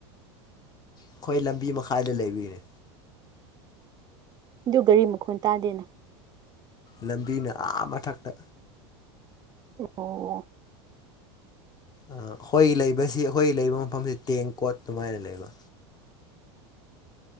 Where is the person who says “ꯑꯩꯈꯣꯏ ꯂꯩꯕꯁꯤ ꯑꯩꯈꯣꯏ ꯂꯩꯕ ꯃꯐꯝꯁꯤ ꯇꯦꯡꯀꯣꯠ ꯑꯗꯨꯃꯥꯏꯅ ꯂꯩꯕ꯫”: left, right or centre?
Left